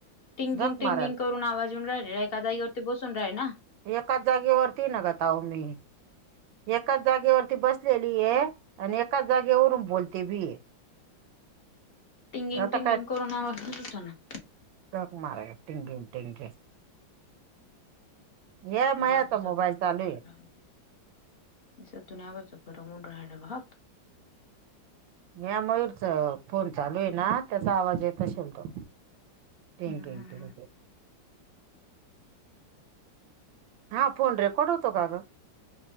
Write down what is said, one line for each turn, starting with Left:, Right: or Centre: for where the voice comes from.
Left: टिंगिंग,
Right: झक
Left: टिंगिंग
Right: मारल
Left: करून आवाज येऊन राहिले एका जागेवरती बसून राय ना.
Right: एकाच जागेवरती नघत अहो मी. एकाच जागेवरती बसलेली हे आणि एकाच जागेवरून बोलते भी.
Left: <unintelligible>
Right: आता काय <unintelligible> या
Left: दुनियाभरचा
Right: मयाचा मोबाईल
Left: गरम
Right: चालू
Left: होऊन
Right: आहे.
Left: राहिला. <unintelligible>
Right: मी मयूरच फोन चालू आहे. ना त्याचा आवाज येत असल तो. टिंगिंग
Left: हं, हं,
Right: टिंगिंग.
Left: हं.
Right: हा फोन रेकॉड होतो का ग?